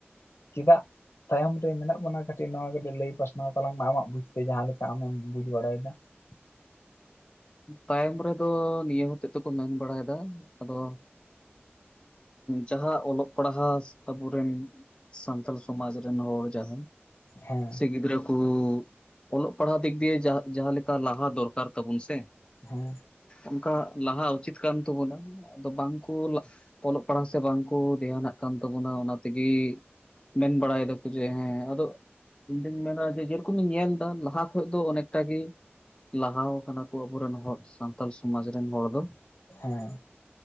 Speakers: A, on the left; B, on the left.
A: ᱪᱮᱫᱟᱜ? ᱛᱟᱭᱚᱢ ᱨᱮ ᱢᱮᱱᱟᱜ ᱵᱚᱱᱟ ᱠᱟᱹᱴᱤᱡ ᱱᱚᱣᱟ ᱠᱚᱫᱚ ᱞᱟᱹᱭ ᱯᱟᱥᱱᱟᱣ ᱛᱟᱞᱟᱝ ᱢᱮ ᱟᱢᱟᱜ ᱵᱩᱡᱽ ᱛᱮ ᱡᱟᱦᱟᱸ ᱞᱮᱠᱟ ᱟᱢᱮᱢ ᱵᱩᱡᱽ ᱵᱟᱲᱟᱭᱮᱫᱟ᱾
B: <inaudible> ᱛᱟᱭᱚᱢ ᱨᱮᱫᱚ ᱱᱤᱭᱟᱹ ᱦᱚᱛᱮ ᱛᱮ ᱠᱚ ᱢᱮᱱ ᱵᱟᱲᱟᱭᱮᱫᱟ ᱟᱫᱚ ᱡᱟᱦᱟᱸ ᱚᱞᱚᱜ ᱯᱟᱲᱦᱟᱣ ᱟᱵᱚᱨᱤᱱ ᱥᱟᱱᱛᱟᱞ ᱥᱚᱢᱟᱡᱽ ᱨᱤᱱ ᱦᱚᱲ ᱡᱟᱦᱟᱸ
A: ᱦᱮᱸ
B: ᱥᱮ ᱜᱤᱫᱽᱨᱟᱹ ᱠᱚ ᱚᱞᱚᱜ ᱯᱟᱲᱦᱟᱣ ᱫᱤᱠ ᱫᱤᱭᱮ ᱡᱟᱦᱟᱸ ᱞᱮᱠᱟ ᱞᱟᱦᱟ ᱫᱚᱨᱠᱟᱨ ᱛᱟᱵᱚᱱ ᱥᱮ
A: ᱦᱮᱸ
B: ᱚᱱᱝᱠᱟ ᱞᱟᱦᱟ ᱩᱪᱤᱛ ᱠᱟᱱ ᱛᱟᱵᱚᱱᱟ᱾ ᱟᱫᱚ ᱵᱟᱝ ᱠᱚ ᱚᱞᱚᱜ ᱯᱟᱲᱦᱟᱣ ᱥᱮ ᱵᱟᱝᱠᱚ ᱫᱷᱮᱭᱟᱱᱟᱜ ᱠᱟᱱ ᱛᱟᱵᱚᱱᱟ ᱚᱱᱟ ᱛᱮᱜᱮ ᱢᱮᱱ ᱵᱟᱲᱟ ᱮᱫᱟ ᱠᱚ ᱡᱮ ᱦᱮᱸ ᱟᱫᱚ ᱤᱧ ᱫᱩᱧ ᱢᱮᱱᱟ ᱡᱮ ᱡᱮᱨᱚᱠᱚᱢᱤᱧ ᱧᱮᱞᱫᱟ ᱞᱟᱦᱟ ᱠᱷᱚᱡ ᱫᱚ ᱚᱱᱮᱠᱴᱟ ᱜᱮ ᱞᱟᱦᱟᱣ ᱠᱟᱱᱟ ᱠᱚ᱾ ᱟᱵᱚᱨᱮᱱ ᱦᱚᱲ ᱥᱟᱱᱛᱟᱞ ᱥᱚᱢᱟᱡᱽ ᱨᱮᱱ ᱦᱚᱲ ᱫᱚ
A: ᱦᱮᱸ